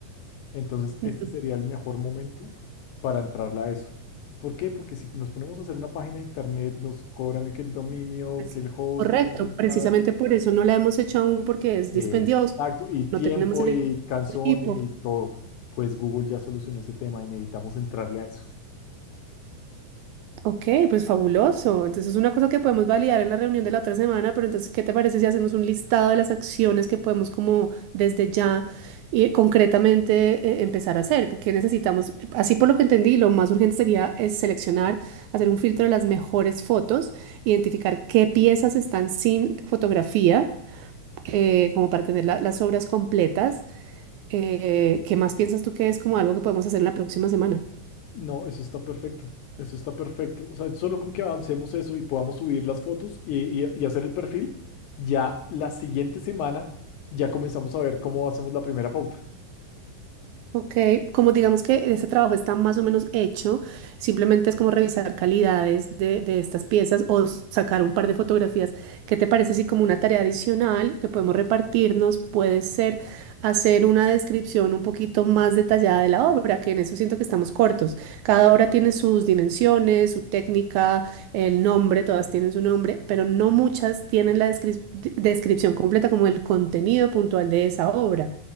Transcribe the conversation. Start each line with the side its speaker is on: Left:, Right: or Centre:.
Left: Entonces, este
Right: No,
Left: sería el mejor momento para entrarle a eso. ¿Por qué? Porque si nos ponemos a hacer una página de internet, nos cobran que el dominio,
Right: pues,
Left: que el host,
Right: correcto,
Left: el
Right: precisamente
Left: tal,
Right: por eso no la hemos hecho aún porque es
Left: exacto,
Right: dispendioso,
Left: y tiempo,
Right: no tenemos el
Left: y canción,
Right: equipo.
Left: y todo. Pues Google ya solucionó ese tema y necesitamos entrarle a eso.
Right: Ok, pues fabuloso. Entonces es una cosa que podemos validar en la reunión de la otra semana, pero entonces, ¿qué te parece si hacemos un listado de las acciones que podemos como desde ya y concretamente eh, empezar a hacer? ¿Qué necesitamos? Así por lo que entendí, lo más urgente sería es seleccionar, hacer un filtro de las mejores fotos, identificar qué piezas están sin fotografía, eh, como para tener la- las obras completas. Eh, ¿qué más piensas tú que es como algo que podemos hacer en la próxima semana?
Left: No, eso está perfecto. Eso está perfecto. O sea, solo con que avancemos eso y podamos subir las fotos y, y- y hacer el perfil, ya la siguiente semana ya comenzamos a ver cómo hacemos la primera pauta.
Right: Ok, como digamos que ese trabajo está más o menos hecho, simplemente es como revisar calidades de, de estas piezas o sacar un par de fotografías. ¿Qué te parece si como una tarea adicional que podemos repartirnos puede ser hacer una descripción un poquito más detallada de la obra? Que en eso siento que estamos cortos. Cada obra tiene sus dimensiones, su técnica, el nombre, todas tienen su nombre, pero no muchas tienen la descrip- descripción completa como el contenido puntual de esa obra.